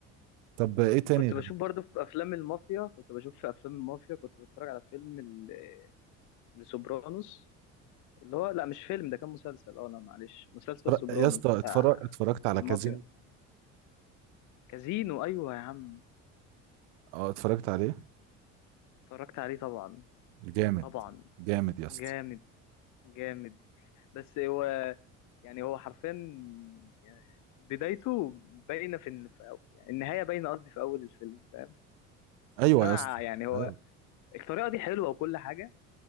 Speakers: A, on the right; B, on the left.
A: طب ايه تاني
B: كنت
A: غير
B: بشوف برضو في افلام المافيا كنت بشوف في افلام المافيا كنت بتفرج على فيلم ال- لسوبرانوس اللي هو لا مش فيلم ده كان مسلسل اه لا معلش مسلسل
A: اتفرج...
B: سوبرانوس
A: يا اسطى
B: بتاع
A: اتفرج... اتفرجت على
B: المافيا
A: كازينو
B: كازينو ايوه يا عم
A: اه اتفرجت عليه
B: اتفرجت عليه طبعا
A: جامد
B: طبعا
A: جامد يا اسطى
B: جامد جامد بس هو يعني هو حرفيا يعني بدايته باينه في الن- في أو- يعني النهايه باينه قصدي في اول الفيلم فاهم
A: ايوه
B: بس انا
A: يا اسطى
B: يعني هو
A: ايوه
B: الطريقه دي حلوه وكل حاجه